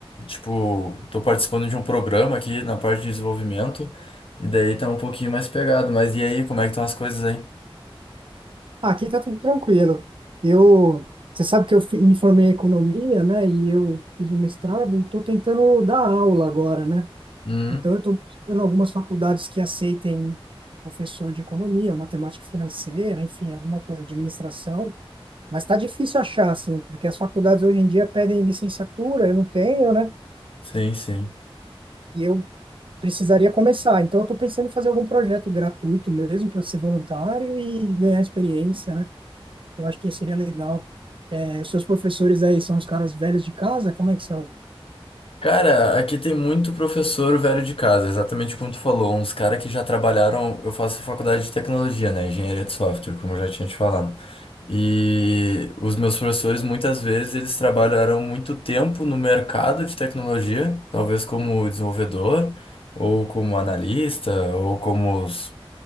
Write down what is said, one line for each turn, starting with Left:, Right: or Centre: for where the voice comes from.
Left: tipo, tô participando de um programa aqui na parte de desenvolvimento, e daí tá um pouquinho mais pegado. Mas e aí, como é que estão as coisas aí?
Right: Ah, Aqui tá tudo tranquilo. Eu, você sabe que eu fi- me formei em economia, né? E eu fiz um mestrado e estou tentando dar aula agora, né?
Left: Hum,
Right: Então eu estou buscando algumas faculdades que aceitem professor de economia, matemática financeira, enfim, alguma coisa, administração. Mas está difícil achar, assim, porque as faculdades hoje em dia pedem licenciatura, eu não tenho, né?
Left: sim, sim.
Right: E eu precisaria começar. Então, eu estou pensando em fazer algum projeto gratuito mesmo para ser voluntário e ganhar experiência, né? Eu acho que seria legal. É, os seus professores aí são os caras velhos de casa? Como é que são?
Left: Cara, aqui tem muito professor velho de casa, exatamente como tu falou, uns caras que já trabalharam. Eu faço faculdade de tecnologia, né? Engenharia de software, como eu já tinha te falado. E os meus professores, muitas vezes, eles trabalharam muito tempo no mercado de tecnologia, talvez como desenvolvedor, ou como analista, ou como s-